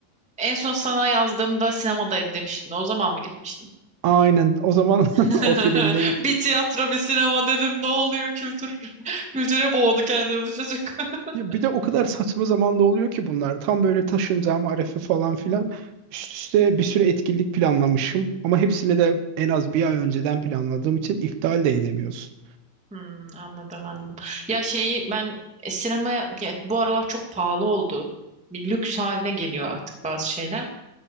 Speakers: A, in the centre; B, on the right (about 85°).
A: En son sana yazdığımda sinemadayım demiştin. O zaman mı gitmiştin?
B: Aynen o zaman <laughs>
A: <laughs>
B: o filmdeydi.
A: Bir tiyatro, bir sinema dedim. Ne oluyor? Kültür <laughs> kültüre boğdu kendini bu çocuk. <laughs>
B: Ya bir de o kadar saçma zamanda oluyor ki bunlar. Tam böyle taşınacağım arefe falan filan. Üst üste bir sürü etkinlik planlamışım. Ama hepsini de en az bir ay önceden planladığım için iptal de edemiyorsun.
A: Hmm, anladım anladım. Ya şeyi ben e, sinemaya ya bu aralar çok pahalı oldu. Bir lüks haline geliyor artık bazı şeyler.